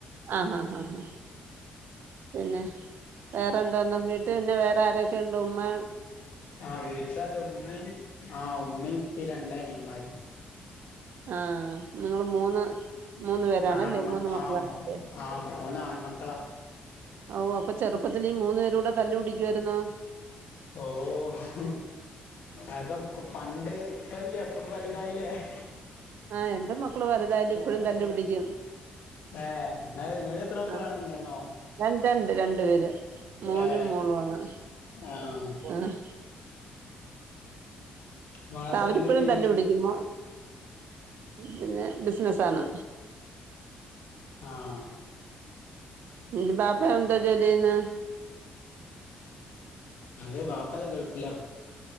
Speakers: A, on the right; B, on the left.
A: ആഹ് ആഹ് ഹാഹ് പിന്നെ വേറെ എന്താന്ന് വീട്ട് പിന്നെ വേറെ ആരെക്കെണ്ട് ഉമ്മാ
B: ആഹ് വീട്ടത് ഉമ്മിം ആഹ് ഉമ്മിം ഉപ്പിം രണ്ട അനിയന്മാര്
A: ആഹ് നിങ്ങള് മൂന്ന് മൂന്ന് പേരാണല്ലേ
B: ആണ്മ
A: മൂന്ന് മക്കളാണല്ലേ
B: ആഹ് മൂ ആഹ് മൂന്ന് ആൺമക്കളാ
A: അവൂ അപ്പ ചെറുപ്പത്തില് ഈ മൂന്ന് പേരൂടെ തല്ലൂടിക്കുവായ്ര്ന്നോ
B: ഓഹ് അതൊക് പണ്ട് ഇപ്പല്ല്യാ ഇപ്പം വൽതായിലേ <inaudible>
A: ആഹ് എന്റെ മക്കള് വലുതായാലും ഇപ്പഴും തല്ല് പിടിക്കും
B: ഏഹ് ഇങ്ങള് ഇങ്ങക്ക് എത്ര മക്കളാണ്
A: ആഹ്
B: മൂന്നോ
A: രണ്ട് അണ്ട് രണ്ട് പേര് മോനും
B: ഏഹ്
A: മോളും ആണ്
B: ആഹ്
A: ആഹ്
B: ങ്ങളെ ഹസ്ബൻഡ്
A: ആഹ് അവരിപ്പഴും
B: എന്ത് ചെയ്യണ്
A: തല്ല് പിടിക്കുമോ പിന്നെ ബിസിനസാണ്
B: ആഹ്
A: ഉം ബാപ്പ എന്താ ജോലെയ്യ്ന്ന്
B: അതെ വാപ്പത്‌ ഗൾഫിലാ